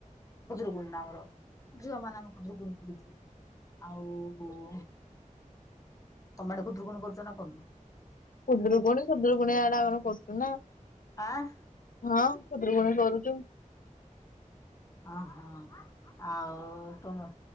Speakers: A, on the left; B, on the left.
A: ଖୁଦୁରୁକୁଣୀ ନା ଆମର ଝିଅମାନଙ୍କ ଆମେ ଖୁଦୁରୁକୁଣୀ କରୁଛୁ। ଆଉ ତମ ଆଡେ ଖୁଦୁରୁକୁଣୀ କରୁଛ ନା କରୁନ?
B: ଖୁଦୁରୁକୁୁଣି-ଖୁଦୁରୁକୁଣୀ ଇଆଡେ ଆମର କରୁଚୁ ନା।
A: ଆଁ?
B: ହଁ ଖୁଦୁରୁକୁଣୀ କରୁଛୁ।
A: ଆଁ ହଁ ଆଉ ତୁମ